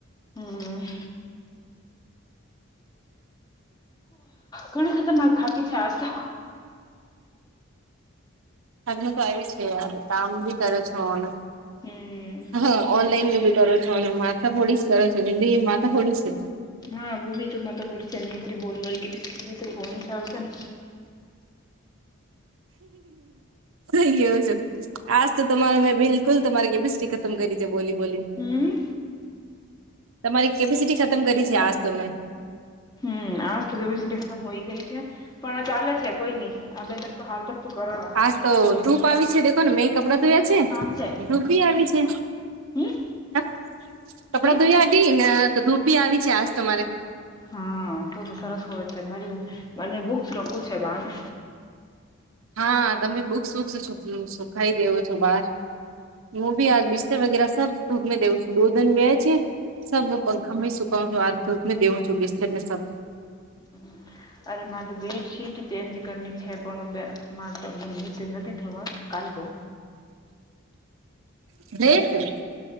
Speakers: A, on the left (about 20°); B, on the right (about 75°).
A: હમ. ઘણી ખતરનાક થાકી છે આજ તો.
B: થાકનુ તો આવી છે યાર કામબી કરો છો ને.
A: હમ
B: હા ઓનલાઈન મે બી કરો છો અને માથા ફોડીશ કરો છો હિન્દી માથા ફોડી છે.
A: હા, હા, હું પણ થોડી બોલવાળ કે ગાય આવશે ને.
B: સઈ કેવો છો! આજ તો તમારે મેં બિલકુલ તમારી કેપિસ્ટ્રી ખતમ કરી છે બોલી બોલી
A: હમ
B: તમારી કેપિસિટી ખતમ કરી છે આજ તો મેં.
A: હમ આજ તો કેપેસિટી ખતમ હોઈ ગઈ છે પણ ચાલે છે કોઈ નઈ આ બે તક તો હાલ તક તો કરોલા
B: આજ તો ધૂપ આવી છે દેખો ને મેં. કપડા
A: તમને
B: ધોયા
A: બહુ
B: છે
A: શાંત છે
B: ઘુપ ભી આવી છે.
A: હમ
B: હ કપડાં
A: કઈ
B: ધોયાઢી ને ધૂપ બી આવી છે આજ તો મારે.
A: હા તો તો સરસ હોય છે મારી મને બુક્સ રખું છે બાને
B: હા તમે બુક્સ વુસ સુ સુખાઈ રયો છો બહાર હું બી આજ બી તે વગેરા સખ થુપ દેવું છું દો દિન બેયાય છે. સબ પંખા માં સુકાવું છું આ ઘુપ દેઉું છું બિસ્ત ને સબ.
A: હમ <unintelligible> અરે મારે તો બેડશીટ ચેન્જ કરની છે પણ બ મારે તો નિચે નથી થવા. કાલ તો.
B: ખરેખર <inaudible>